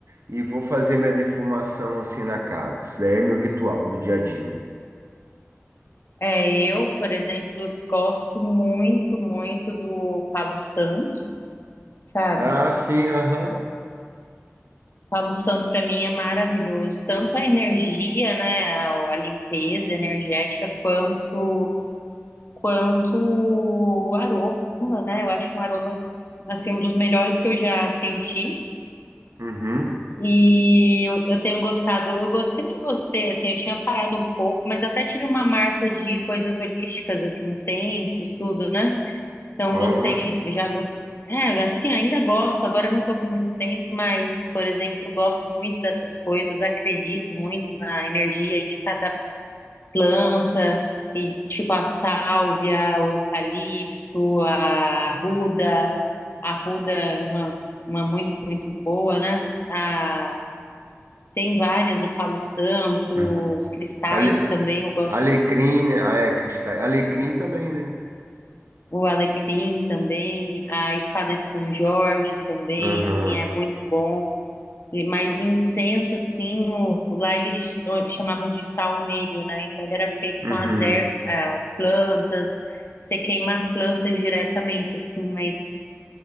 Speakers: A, on the right; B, on the left.
A: e vou fazer minha defumação assim na casa. Isso daí é meu ritual do dia a dia.
B: É, eu, por exemplo, gosto muito, muito do Palo Santo, sabe?
A: Ah, sim, aham.
B: Palo Santo para mim é maravilhoso, tanto a energia, né, a a limpeza energética, quanto quanto o aroma, né? Eu acho um aroma, assim, um dos melhores que eu já senti.
A: Uhum.
B: E eu, eu tenho gostado, eu gosto, sempre gostei, assim, eu tinha parado um pouco, mas até tive uma marca de coisas holísticas, assim, incensos, tudo, né? Então
A: Ó.
B: gostei, já gostei. É, assim, ainda gosto, agora eu não estou com muito tempo, mas, por exemplo, eu gosto muito dessas coisas, acredito muito na energia aí de cada planta, e tipo a sálvia, o eucalipto, a arruda. A arruda é uma, uma muito, muito boa, né? A, tem várias, o palo santo,
A: Uhum.
B: os cristais
A: Ale-
B: também, eu gosto.
A: Alecrim, né? Ah, é, cristal. Alecrim também, né?
B: O alecrim também, a espada de São Jorge também,
A: Aham.
B: assim, é muito bom. E- Mas o incenso, assim, o- lá eles chamavam de salmério, né? Então ele era feito
A: Uhum.
B: com as ervas, as plantas, você queima as plantas diretamente, assim, mas